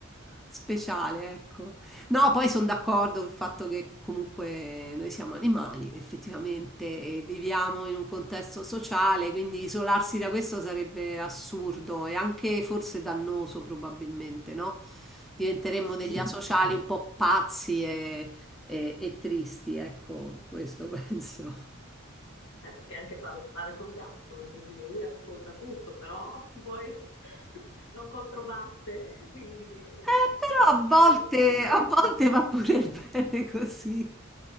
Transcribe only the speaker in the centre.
speciale, ecco. No, poi sono d'accordo sul fatto che comunque noi siamo animali, effettivamente, e viviamo in un contesto sociale, quindi isolarsi da questo sarebbe assurdo e anche forse dannoso, probabilmente, no? Diventeremmo
degli Sì. asociali
un po' pazzi e eh, e tristi, ecco questo <laughs> penso.
Eh,
però a volte,
a volte va pure <laughs> bene così.